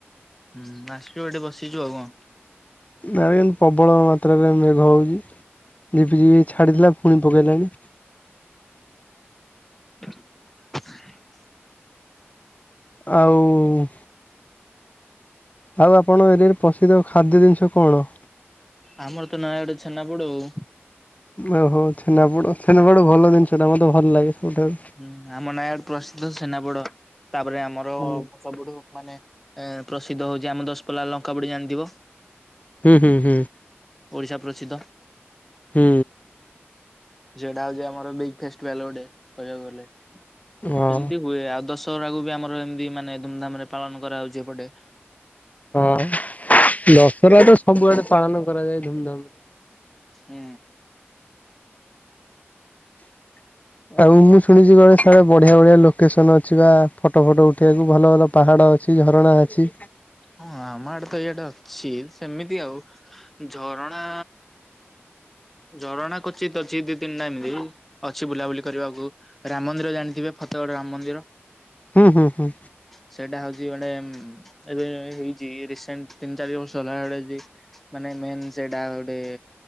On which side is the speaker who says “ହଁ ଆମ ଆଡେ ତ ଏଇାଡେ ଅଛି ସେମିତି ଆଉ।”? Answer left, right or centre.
Centre